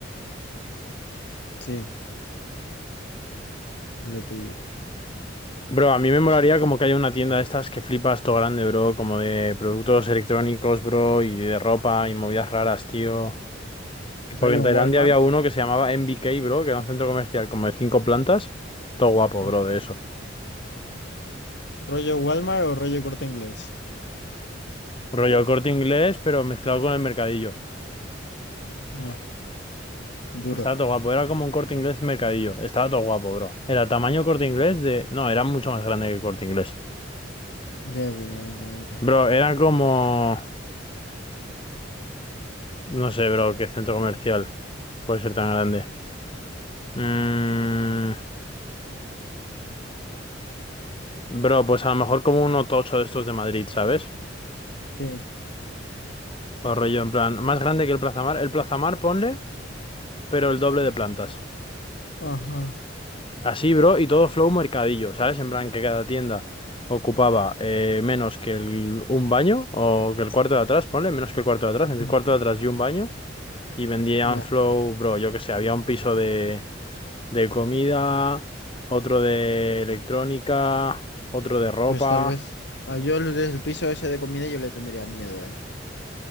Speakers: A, on the left; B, on the left.
A: sí, lo pillé.
B: Bro, a mí
A: Pero
B: me molaría
A: eso no
B: como
A: es.
B: que haya una tienda de estas que flipas todo grande, bro, como de productos electrónicos, bro, y de ropa y movidas raras, tío.
A: Rollo
B: Porque en
A: en
B: Tailandia
A: Walmart.
B: había uno que se llamaba MBK, bro, que era un centro comercial como de cinco plantas. Todo guapo,
A: Ajá.
B: bro, de eso.
A: ¿Rollo Walmart o rollo Corte Inglés?
B: Rollo el Corte Inglés, pero mezclado con el mercadillo.
A: Ah, duro.
B: Estaba todo guapo, era como un Corte Inglés mercadillo. Estaba todo guapo, bro. Era tamaño Corte Inglés de... No, era mucho más grande que el Corte Inglés.
A: Ya, evidentemente.
B: Bro, era como... No sé, bro, qué centro comercial puede ser tan grande. Mm, Bro, pues a lo mejor como un tocho de estos de Madrid, ¿sabes?
A: Sí.
B: O rollo en plan... Más grande que el Plaza Mar. El Plaza Mar, ponle, pero el doble de plantas.
A: Ajá.
B: Así, bro, y todo flow mercadillo, ¿sabes? En plan que cada tienda ocupaba eh, menos que el, un baño o que el cuarto de atrás, ponle, menos que el cuarto de atrás,
A: ujú,
B: entre el cuarto de atrás y un baño, y vendían
A: Ya.
B: flow, bro, yo que sé, había un piso de, de comida, otro de electrónica, otro de ropa.
A: Pues tal vez. ah, yo el el piso ese de comida yo le tendría miedo, ¿eh?